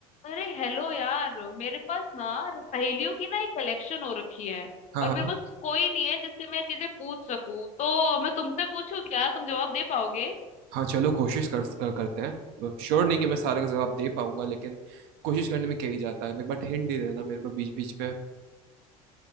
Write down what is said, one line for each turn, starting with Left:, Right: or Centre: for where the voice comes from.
Left: अरे हेलो यार मेरे पास ना पहेलियों की ना एक कलेक्शन हो रखी है
Right: हाँ
Left: और
Right: हाँ
Left: मेरे
Right: हाँ
Left: पास कोई नहीं है जिससे मैं चीजें पूछ सकूं तो मैं तुमसे पूछूं क्या तुम जवाब दे पाओगे
Right: हाँ, चलो कोशिश कर, कर करते हैं श्योर नहीं कि मैं सारे का जवाब दे पाऊंगा लेकिन कोशिश करने में क्या ही जाता है एक बार हिंट दे देना मेरे को बीच बीच पे